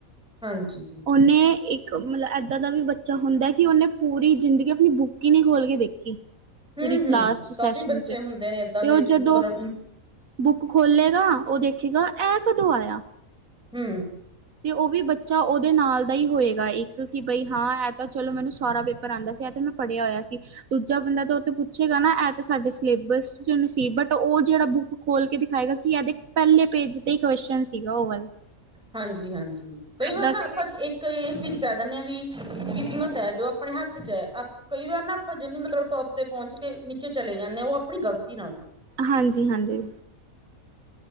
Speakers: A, in the centre; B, on the right.
A: ਹਾਂਜੀ
B: ਉਹਨੇ, ਇੱਕ ਮਤਲਬ ਏਦਾਂ ਦਾ ਵੀ ਬੱਚਾ ਹੁੰਦਾ ਕਿ ਉਹਨੇ ਪੂਰੀ ਜ਼ਿੰਦਗੀ ਆਪਣੀ ਬੁੱਕ ਹੀ ਨਹੀਂ ਖੋਲ ਕੇ ਦੇਖੀ।
A: ਹਮ
B: ਪੂਰੀ
A: ਹਮ
B: ਕਲਾਸ ਚ ਸੈਸ਼ਨ
A: ਕਾਫੀ ਬੱਚੇ
B: ਚ,
A: ਹੁੰਦੇ ਨੇ ਏਦਾਂ
B: ਤੇ
A: ਦੇ
B: ਉਹ ਜਦੋਂ
A: ਮਤਲਬ
B: ਬੁੱਕ ਖੋਲੇਗਾ, ਉਹ ਦੇਖੇਗਾ, ਇਹ ਕਦੋਂ ਆਇਆ?
A: ਹੰ
B: ਤੇ ਉਹ ਵੀ ਬੱਚਾ ਉਹਦੇ ਨਾਲ ਦਾ ਹੀ ਹੋਏਗਾ ਇੱਕ ਕਿ ਬਈ ਹਾਂ ਇਹ ਤਾਂ ਚਲੋ ਮੈਨੂੰ ਸਾਰਾ ਪੇਪਰ ਆਦਾ ਸੀ, ਇਹ ਤੇ ਮੈਂ ਪੜਿਆ ਹੋਇਆ ਸੀ। ਦੂਜਾ ਬੰਦਾ ਤਾਂ ਉਹ ਤਾਂ ਪੁੱਛੇਗਾ ਨਾ ਇਹ ਤਾਂ ਸਾਡੇ ਸਿਲੇਬਸ ਚ ਨ ਸੀ ਬਟ ਉਹ ਜਿਹੜਾ ਬੁੱਕ ਉਹ ਖੋਲ ਕੇ ਦਿਖਾਏਗਾ ਕਿ ਇਹਦੇ ਪਹਿਲੇ ਪੇਜ ਤੇ ਹੀ ਕੁਸ਼ਚਨ ਸੀਗਾ ਉਹ ਵਾਲਾ
A: ਹਾਂਜੀ ਹਾਂਜੀ ਕਈ
B: ਏਦਾਂ
A: ਵਾਰ ਨਾ
B: ਦੇ
A: ਆਪਾਂ ਇੱਕ ਕ ਇਹ ਚੀਜ਼ ਕਹਿ ਦਿੰਦੇ ਆ ਵੀ, ਕਿਸਮਤ ਹੈ ਜੋ ਆਪਣੇ ਹੱਥ ਚ ਹੈ ਅੱਪ ਕਈ ਵਾਰ ਨਾ ਆਪਾਂ ਜਿਵੇ ਮਤਲਬ ਟੋਪ ਤੇ ਪਹੁੰਚ ਕੇ ਨੀਚੇ ਚਲੇ ਜਾਂਦੇ ਹਾਂ ਉਹ ਆਪਣੀ ਗ਼ਲਤੀ ਨਾਲ।
B: ਹਾਂਜੀ ਹਾਂਜੀ